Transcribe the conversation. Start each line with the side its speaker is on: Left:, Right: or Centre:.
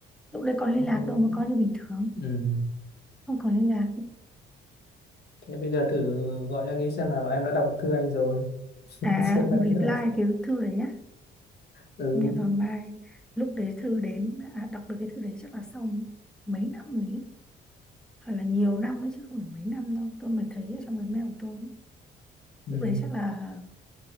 Centre: lúc đấy còn liên lạc
Left: không
Centre: đâu mà coi như bình thường
Left: ừ
Centre: không còn liên lạc
Left: thế bây giờ thử gọi anh ấy xem nào em đã đọc thư anh rồi <laughs>
Centre: à
Left: xem anh
Centre: reply
Left: là
Centre: cái thư đấy á
Left: ừ
Centre: mẹ vào mai lúc đấy thư đến à, đọc được cái thư đấy chắc là sau mấy năm rồi ấy. hoặc là nhiều năm nữa chứ không phải mấy năm đâu tôi mới thấy ở trong cái mail của tôi ấy.
Left: ừ
Centre: lúc đấy chắc là